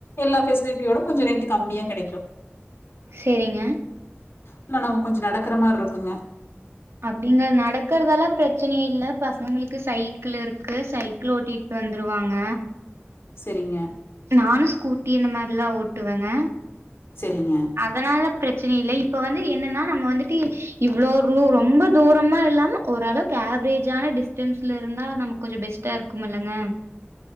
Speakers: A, on the left (about 65°); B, on the right (about 75°).
A: எல்லா ஃபெசிலிட்டியோட கொஞ்சோ ரெண்ட்டு கம்மியா கெடைக்கு
B: செரிங்க
A: இல்ல நாம கொஞ்சோ நடக்குற மார்ருக்குங்க
B: அப்டிங்க நடக்கறதல்லா பிரச்சன இல்ல பசங்களுக்கு சைக்கிள் இருக்கு சைக்கிள் ஓட்டி வந்துருவாங்க
A: செரிங்க
B: நானு ஸ்கூட்டி இந்த மார்லா ஓட்டுவேங்க
A: செரிங்க
B: அதனால ப்ரச்சன இல்ல இப்ப வந்து என்னன்னா நம்ம வந்துட்டு இவ்ளோ ளோ ரொம்ப தூரமா இல்லாம ஓரளவுக்கு ஆவ்ரேஜான டிஸ்டன்ஸ்ல இருந்தா நமக்கு கொஞ்சோ பெஸ்ட்டா இருக்குமெல்லங்க